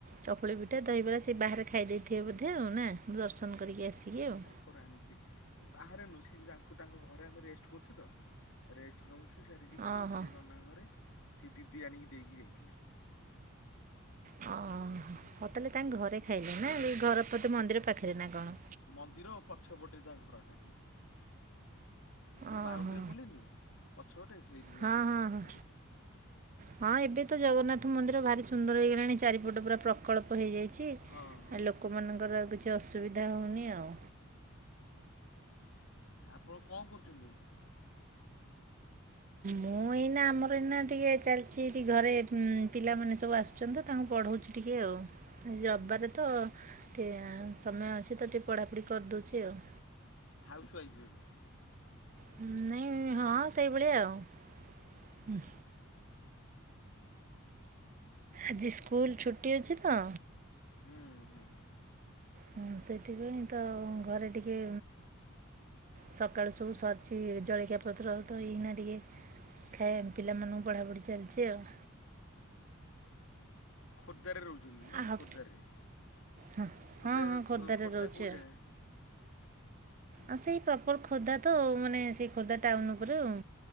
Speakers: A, on the right; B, on the left.
A: ଚକୁଳି ପିଠା ଦହିବରା ସେ ବାହାରେ ଖାଇ ଦେଇଥିବେ ବୋଧେ ଆଉ ନା। ମୁଁ ଦର୍ଶନ କରିକି ଆସିକି ଆଉ-
B: ଖରୁ ଆଣିକି ବାହାରେ ନୁ ସେ ଯ ତାଙ୍କ ଘରେ ଆମେ ରେଷ୍ଟ କରୁଛୁ ତ ରେଷ୍ଟ ନଉ ଚୁ ସିଆଡ଼େ ଯିବୁ
A: ଓହୋ
B: ସେ ନନାଙ୍କ ଘରେ ସେ ଦିଦି ଆଣିକି ଦେଇକି ଯାଇଥିଲେ।
A: ଓହ ହଉ ତାହେଲେ ତାଙ୍କ ଘରେ ଖାଇଲେ ନା ଏଇ ଘର ବଧେ ମନ୍ଦିର ପାଖରେ ନା କଣ।
B: ମନ୍ଦିର ଓ ପଛପଟରେ ତାଙ୍କ ଘରଟା। ଯ ଯୋଉ
A: ଓହୋ
B: ବାଉଣ୍ଡରି ବୁଲିନି ପଛ ପଟେ ସେଇଠି
A: ହଁ
B: ନା ତାଙ୍କ
A: ହଁ
B: ଘର।
A: ହଁ ହଁ ଏବେ ତ ଜଗନ୍ନାଥ ମନ୍ଦିର ଭାରି ସୁନ୍ଦର ହେଇଗଲାଣି ଚାରିପଟ ପୁରା ପ୍ରକଳ୍ପ ହେଇଯାଇ ଚି
B: ହଁ ହଁ।
A: ଲୋକମାନଙ୍କର ଆଉ କିଛି ଅସୁବିଧା ହେଉନି ଆଉ।
B: ଆପଣ କଣ କରୁଛନ୍ତି ଏବେ।
A: ମୁଁ ଏଇନା ଆମର ଏଇନା ଟିକେ ଚାଲିଛି ଟିକେ ଘରେ ପିଲାମାନେ ସବୁ ଆସୁ ଛନ୍ତି ତ ତାଙ୍କୁ ପଢୋଉଛି ଟିକେ ଆଉ ଆଜି ରବିବାରେ ତ ଟିକେ ସମୟ ଅଛି ତ ଟିକେ ପଢ଼ାପଢ଼ି କରିଦେଉଚି ଆଉ।
B: ହାଉସ୍ ୱାଇଫ୍ ବଧେ।
A: ହୁଁ ନାଇଁ ହଁ ସେଇଭଳିଆ ଆଉ ହୁଁ। ଆଜି ସ୍କୁଲ ଛୁଟି ଅଛି ତ
B: ହୁଁ ହୁଁ ହୁଁ
A: ହଁ ସେଥିପାଇଁ ତ ଘରେ ଟିକେ ସକାଳୁ ସବୁ ସରିଛି ଜଳକିଆ ପତ୍ର ତ ଏଇନା ଟିକେ ଖାଇବା ମ ପିଲାମାନଙ୍କୁ ପଢ଼ାପଢ଼ି ଚାଲିଛି ଆଉ।
B: ଖୋର୍ଦ୍ଧାରେ ରହୁଛନ୍ତି ନା
A: ଆ-
B: ଖୋର୍ଦ୍ଧାରେ
A: ହଁ
B: ଖୋର୍ଦ୍ଧା
A: ହଁ ହଁ ଖୋର୍ଦ୍ଧାରେ
B: ଖୋର୍ଦ୍ଧା
A: ରହୁଛି
B: କୋଉ ଜାଗା।
A: ଆ ସେଇ ପ୍ରପର ଖୋର୍ଦ୍ଧା ତ ମାନେ ସେଇ ଖୋର୍ଦ୍ଧା ଟାଉନ ଉପରେ ଆଉ।